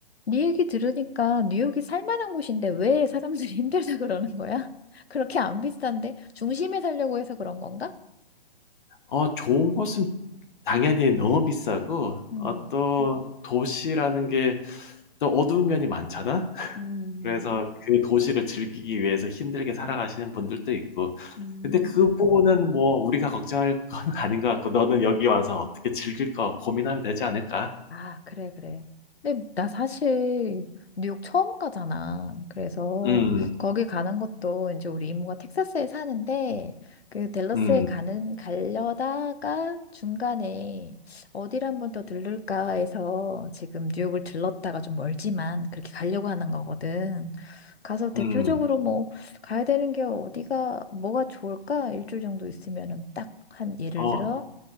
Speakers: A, on the left; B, on the left.
A: 네 얘기 들으니까 뉴욕이 살만한 곳인데 왜 사람들이 <laughs> 힘들다 그러는 거야? <laughs> 그렇게 안 비싼데 중심에 살려고 해서 그런 건가?
B: 어, 좋은 곳은 당연히 너무 비싸고,
A: 음,
B: 어, 또 도시라는 게 또 어두운 면이 많잖아? <laughs>
A: 음,
B: 그래서 그 도시를 즐기기 위해서 힘들게 살아가시는 분들도 있고.
A: 음.
B: 근데 그 부분은 뭐 우리가 걱정할 건 <laughs> 아닌 것 같고, 너는 여기 와서 어떻게 즐길 거 고민하면 되지 않을까?
A: 아, 그래, 그래. 근데 나 사실 뉴욕 처음 가잖아. 그래서
B: 음,
A: 거기 가는 것도 이제 우리 이모가 텍사스에 사는데 그 댈러스에
B: 음,
A: 가는 가려다가 중간에 어디를 한 번 더 들를까 해서 지금 뉴욕을 들렀다가 좀 멀지만 그렇게 가려고 하는 거거든. 가서 대표적으로
B: 음,
A: 뭐 가야 되는 게 어디가 뭐가 좋을까? 일주일 정도 있으면은 딱 한 예를
B: 어,
A: 들어